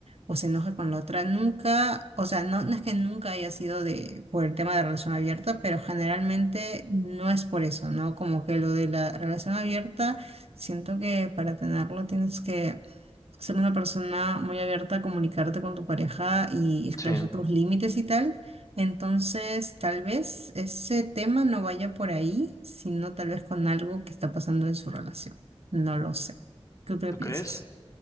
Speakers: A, on the right; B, on the left.
A: o se enoja con la otra, nunca, o sea, no, no es que nunca haya sido de, por el tema de relación abierta, pero generalmente no es por eso, ¿no? Como que lo de la relación abierta, siento que para tenerlo tienes que ser una persona muy abierta a comunicarte con tu pareja y esclarecer
B: Sí,
A: tus límites y tal. Entonces, tal vez ese tema no vaya por ahí, sino tal vez con algo que está pasando en su relación. No lo sé. ¿Tú qué
B: ¿tú
A: piensas?
B: crees?